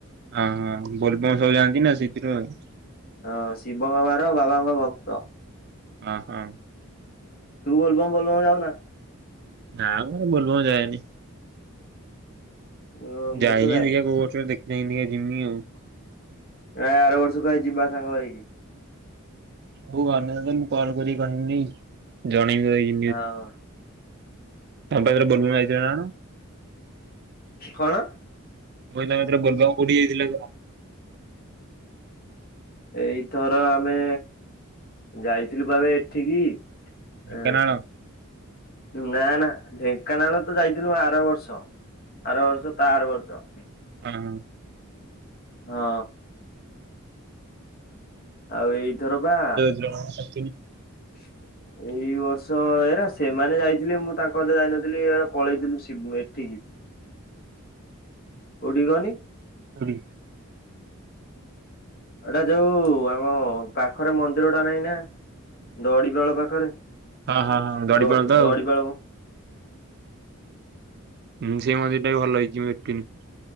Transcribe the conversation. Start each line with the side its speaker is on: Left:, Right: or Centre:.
Right: ଓ ହଁ ବୋଲବମ୍ ସବୁ ଯାଆନ୍ତି ନା ସେଇଥିରୁ ଆଉ
Left: ହଁ ଶିବଙ୍କ ବାର ବାବାଙ୍କ ଭକ୍ତ।
Right: ହ ହଁ
Left: ତୁ ବୋଲବମ୍ ଗଲୁ ନା ଯାଉନା?
Right: ନା ମ ମୁଁ ବୋଲବମ୍ ଯାଏନି।
Left: ଅ ମୁଁ
Right: ଯାଇନି
Left: ତ ଯାଏ
Right: ଦେଖିବା କୋଉ ବର୍ଷ ଦେଖାହେଇନି ଟିକେ ଜିମି ଆଉ।
Left: ଏ ଆର ବର୍ଷକୁ ଆଉ ଯିବା ସାଙ୍ଗ ହେଇକି।
Right: ବୋଉ ଅନ୍ୟ ଦିନ ମୁଁ କଲ କରିିକି କହିବି ଜଣେଇବି ଭାଇ।
Left: ଆଉ
Right: ଏବେ ତମେ ବୋଲବମ୍ ଯାଇଥିଲ ନା କଣ?
Left: କଣ?
Right: କହିଲା ବରଗାଁ କୋଡିି ଯାଇଥିଲ।
Left: ଏଇଥର ଆମେ ଯାଇଥିଲୁ ପା ବେ ଏଠିକି
Right: ଢ଼େଙ୍କାନାଳ।
Left: ଉଁ ନା ନା ଢେଙ୍କାନାଳ ତ ଯାଇଥିଲୁ ଆର ବର୍ଷ ଆର ବର୍ଷ ତା ଆର ବର୍ଷ।
Right: ହଁ ହ।
Left: ହଁ ଆଉ ଏଇଥର ପା
Right: ଜଣ <unintelligible>
Left: <unintelligible> ଏଇ ବର୍ଷ ଏରା ସେମାନେ ଯାଇଥିଲେ ମୁଁ ତାଙ୍କ କ ଯାଇନଥିଲି ଏ ପଳେଇଥିଲୁ ଏଠିକି କୋଉଠିକି କହନି?
Right: ହଁ।
Left: ଏଟା ଯୋଉ ଆମ ପାଖରେ ମନ୍ଦିର ଟା ନାଇଁ ନା। ଦଡିିବାଳ ପାଖରେ
Right: ହଁ ହଁ ହଁ ଦଡିପାଳ
Left: ଦ
Right: ତ
Left: ଦଡିିବାଳବ
Right: ଆଉ। ହୁଁ ସେ ମନ୍ଦିର ଟା ବି ଭଲ ହେଇଛି ମୁ ଦେଖିନି।